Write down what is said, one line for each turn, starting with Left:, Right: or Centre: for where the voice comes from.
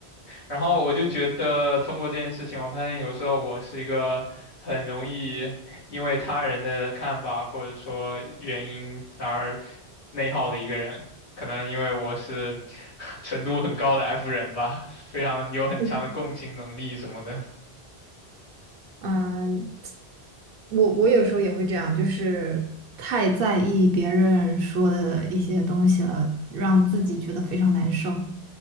Left: 然后我就觉得通过这件事情，我发现有时候我是一个很容易因为他人的看法或者说原因而内耗的一个人。可能因为我是 <laughs> 程度很高的 F 人吧，非常有很强的共情能力什么的。
Right: 嗯嗯我我有时候也会这样，就是太在意别人说的一些东西了，让自己觉得非常难受。